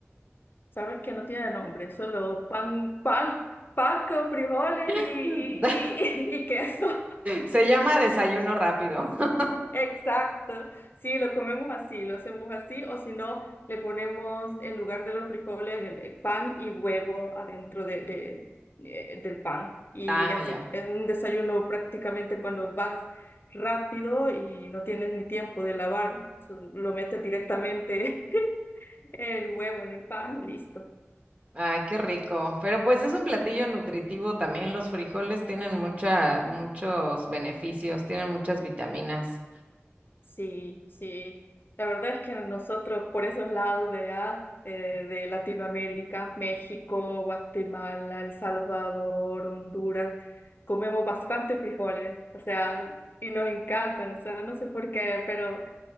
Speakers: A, on the left; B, on the right.
A: sabes que no tiene nombre, solo pan, pan, pan con frijoles
B: <laughs>
A: y, y, y <laughs> y- y queso.
B: Se llama desayuno rápido. <laughs>
A: Exacto, sí, lo comemos así, lo hacemos así, o si no, le ponemos en lugar de los frijoles el, el pan y huevo adentro de, de- eh, del pan. Y
B: Ah,
A: así,
B: ya.
A: es un desayuno prácticamente cuando vas rápido y no tienes ni tiempo de lavar, so- lo metes directamente <laughs> el huevo en el pan y listo.
B: Ay, qué rico. Pero pues es un platillo nutritivo también. Los frijoles tienen mucha, muchos beneficios, tienen muchas vitaminas.
A: Sí, sí. La verdad es que nosotros por esos lados de allá, eh, de Latinoamérica, México, Guatemala, El Salvador, Honduras, comemos bastante frijoles, o sea, y nos encantan, o sea, no sé por qué, pero